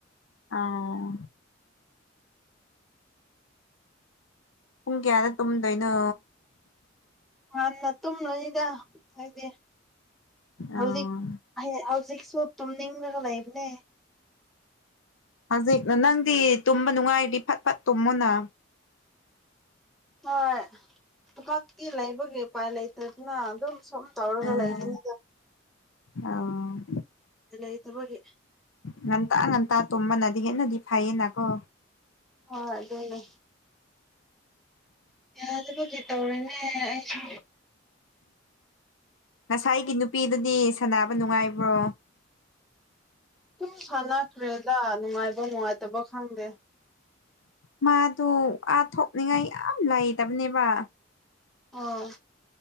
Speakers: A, on the left (about 75°); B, in the centre.
A: ꯑꯥ꯫ ꯄꯨꯡ ꯀꯌꯥꯗ ꯇꯨꯝꯗꯣꯏꯅꯣ꯫
B: ꯉꯥꯟꯅ ꯇꯨꯝꯂꯨꯅꯤꯗ ꯑꯩ ꯗꯤꯍꯧꯖꯤꯛ꯫
A: ꯑꯥ
B: ꯍꯧꯖꯤꯛꯁꯨ ꯇꯨꯝꯅꯤꯡꯂꯒ ꯂꯩꯕꯅꯦ꯫
A: ꯍꯧꯖꯤꯛ ꯅꯪꯗꯤ ꯇꯨꯝꯕ ꯅꯨꯡꯉꯥꯏꯔꯗꯤ ꯐꯠ ꯐꯠ ꯇꯨꯝꯃꯣꯅ꯫
B: ꯍꯣꯏ ꯊꯕꯀꯤ ꯂꯩꯕꯒꯤ ꯎꯄꯥꯏ ꯂꯩꯇꯗꯅ ꯑꯗꯨꯝ ꯁꯨꯝ ꯇꯧꯔꯒ
A: ꯑꯥ
B: ꯂꯩꯕꯅꯤꯅ
A: ꯑꯧ
B: ꯂꯩꯇꯕꯒꯤ꯫
A: ꯉꯟꯇꯥ ꯉꯟꯇꯥ ꯇꯨꯝꯝꯕꯅꯗꯤ ꯍꯦꯟꯅꯗꯤ ꯐꯩꯌꯦꯅꯀꯣ꯫
B: ꯍꯣꯏ ꯑꯗꯨꯅ ꯌꯥꯗꯕꯒꯤ ꯇꯧꯔꯤꯅꯦ ꯑꯩꯁꯨ꯫
A: ꯉꯁꯥꯏꯒꯤ ꯅꯨꯄꯤꯗꯨꯗꯤ ꯁꯅꯕ ꯅꯨꯡꯉꯥꯏꯕ꯭ꯔꯣ꯫
B: ꯑꯗꯨꯝ ꯁꯥꯟꯅꯈ꯭ꯔꯦꯗ ꯅꯨꯡꯉꯥꯏꯕ ꯅꯨꯡꯉꯥꯏꯇꯕ ꯈꯪꯗꯦ꯫
A: ꯃꯥꯗꯨ ꯑꯥ ꯊꯣꯛꯅꯤꯡꯉꯥꯏ ꯌꯥꯝ ꯂꯩꯇꯕꯅꯦꯕ꯫
B: ꯑꯣ꯫